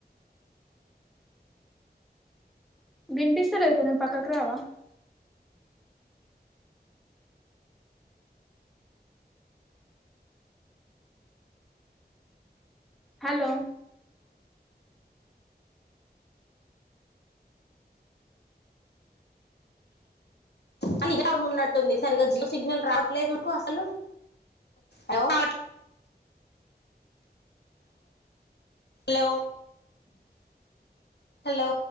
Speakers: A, in the centre; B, on the left.
A: వినిపిస్తలేదు కొంచెం పక్కకు రావా హలో
B: అని ఇగర మున్నట్టుంది సరిగా జియో సిగ్నల్ రావట్లేదు మాకు అసలు అయ్యో రావట్ లో హలో